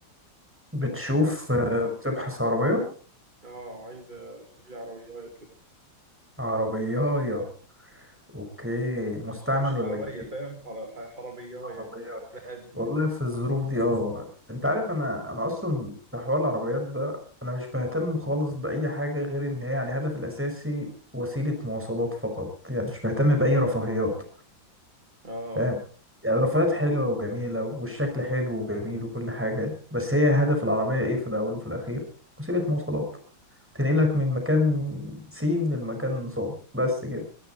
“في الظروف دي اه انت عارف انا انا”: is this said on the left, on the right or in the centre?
Centre